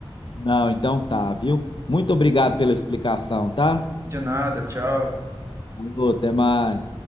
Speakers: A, on the left; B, on the right.
A: Não, então tá, viu? Muito obrigado pela explicação, tá?
B: De nada, tchau.
A: Falou, Até mais.